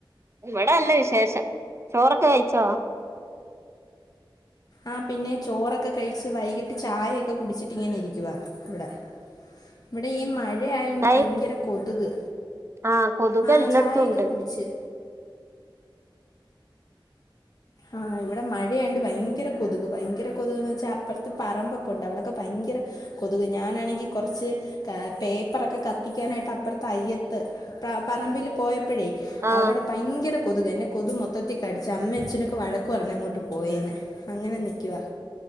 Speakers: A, on the right (about 30°); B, on the left (about 45°).
A: ഇവിടെല്ല വിശേഷം, ചോറൊക്കെ കഴിച്ചോ?
B: ആ പിന്നെ ചോറൊക്കെ കഴിച്ച്, വൈകിട്ട് ചായയൊക്കെ കുടിച്ചിട്ട് ഇങ്ങനെ ഇരിക്കുവാ ഇവിടെ. ഇവിടെ ഈ മഴയായോണ്ട്
A: ചായ
B: ഭയങ്കര കൊതുക്.
A: ആഹ് കൊതുക്
B: ആഹ്
A: എല്ലാടത്തും
B: ചായയൊക്കെ
A: ഉണ്ട്.
B: കുടിച്ച് ആഹ് ഇവിടെ മഴയാണ്ട് ഭയങ്കര കൊതുക്, ഭയങ്കര കൊതുകന്ന് വെച്ചാൽ അപ്പറത്ത് പറമ്പൊക്കെ ഉണ്ട് അവിടൊക്കെ ഭയങ്കര കൊ കൊതുക്. ഞാനാണെങ്കി കൊറച്ച് ക പേപ്പറൊക്കെ കത്തിക്കാനായിട്ട് അപ്പറത്ത് അയ്യത്ത് പ്ര പറ മ്പിൽ പോയപ്പോഴേ
A: ആഹ്
B: അവിടെ ഭയങ്കര കൊതുക്. എന്നെ കൊതു മൊത്തത്തിൽ കടിച്ച്. അമ്മഅച്ഛനൊക്കെ വഴക്ക് പറഞ്ഞ് അങ്ങോട്ട് പോയേന്. അങ്ങനെ നിക്കുവാ.